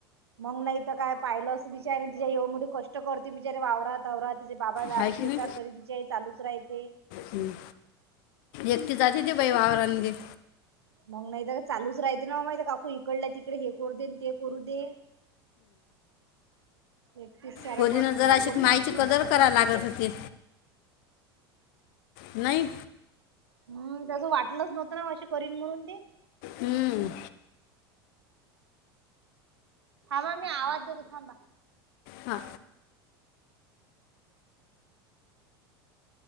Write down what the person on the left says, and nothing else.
हाय की
नाही
हं. एकटी जाते ती बाई वावरांगे.
पोरीनं
जरा
अशी
माईची
कदर
करा लागत
होती नाही
हम्म
हा